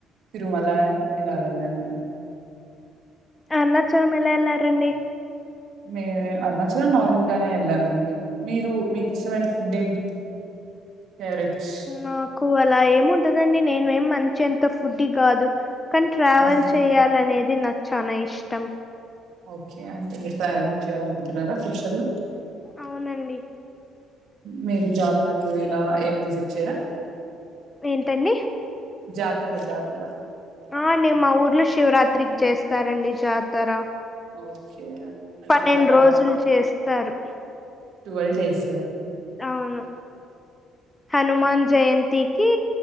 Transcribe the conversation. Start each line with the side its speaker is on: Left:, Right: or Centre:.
Right: తిరుమలా ఇలా వెళ్ళాను అండి.
Left: అరుణాచలం ఎలా ఎళ్ళారండి
Right: మే అరుణాచలం నార్మల్ గానే ఎళ్ళామండి. మీరు మీకు ఇష్టమైన ఫుడ్ ఏంటి. ఫేవరెట్స్ట్
Left: నాకు అలా ఏమి ఉంటదండి నేను ఏమి మంచి ఎంత ఫుడ్డి కాదు కానీ ట్రావెల్
Right: ఆ ఓకే
Left: చేయాల అనేది నాకు చాల ఇష్టం
Right: ఓకే అంటే మీరు ట్రావెలింగ్ చేయాలనుకుంటున్నారా ఫ్యూచర్ లో
Left: అవునండి
Right: మీరు జాతరలు ఇలా ఏమి విజిట్ చేయరా
Left: ఏంటండి
Right: జాతర జాతర
Left: ఆ అండి మా ఊర్లో శివరాత్రికి చేస్తారండి జాతర
Right: ఓకే అంటే
Left: పన్నెం
Right: ఇంకా
Left: రోజులు చేస్తారు
Right: ట్వల్ డేస
Left: అవును హనుమాన్ జయంతి తికి